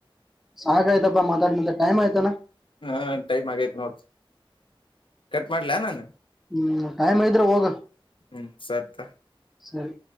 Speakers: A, in the centre; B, on the left.
A: ಸಾಕಾಯ್ತಪ್ಪಾ ಮಾತಾಡಿ ಮಾತಾಡಿ ಟೈಮ್ ಆತೇನ.
B: ಹಾ ಟೈಮ್ ಆಗೈತ್ ನೋಡ್ ಕಟ್ ಮಾಡ್ಲಾ ನಾನ.
A: ಹು ಟೈಮ್ ಆಗಿದ್ರೆ ಹೋಗ.
B: ಹು ಸರಿ ತೊ.
A: ಸರಿ.